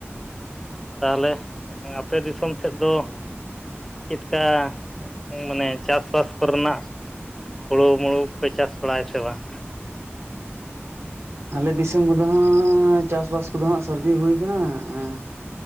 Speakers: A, in the centre; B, on the right (about 70°).
A: ᱛᱟᱦᱞᱮ ᱟᱯᱮ ᱫᱤᱥᱚᱢ ᱥᱮᱫ ᱫᱚ ᱪᱮᱫᱠᱟ ᱢᱟᱱᱮ ᱪᱟᱥᱵᱟᱥ ᱠᱚᱨᱮᱱᱟᱜ? ᱦᱩᱲᱩ ᱢᱩᱲᱩ ᱠᱚᱯᱮ ᱪᱟᱥ ᱵᱟᱲᱟᱭᱟ ᱥᱮ ᱵᱟᱝ?
B: ᱟᱞᱮ ᱫᱤᱥᱚᱢ ᱠᱚᱫᱚ ᱦᱟᱸᱜᱻ ᱪᱟᱥᱵᱟᱥ ᱠᱚᱫᱚ ᱦᱟᱸᱜ ᱥᱟᱹᱨᱫᱤ ᱦᱩᱭ ᱠᱟᱱᱟ᱾ ᱟᱸ